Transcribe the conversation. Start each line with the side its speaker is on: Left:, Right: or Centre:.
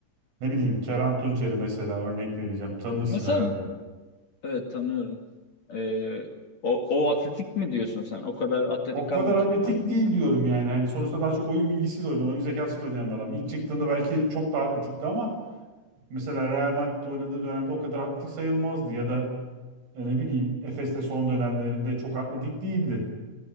Right: Ne bileyim Kerem Tunçeri mesela örnek vereceğim. Tanırsın
Left: Mesela
Right: herhalde.
Left: evet tanıyorum. Ee, o, o atletik mi diyorsun sen? O kadar atletik
Right: O kadar
Left: kalmamış
Right: atletik
Left: benim aklımda.
Right: değil diyorum yani. Hani sonuçta daha çok oyun bilgisiyle oynuyor, oyun zekasıyla oynayan bir adam. İlk çıktığında belki çok daha atletikti ama mesela Real Madrid'de oynadığı dönemde o kadar atletik sayılmazdı ya da e, ne bileyim Efes'te son dönemlerinde çok atletik değildi.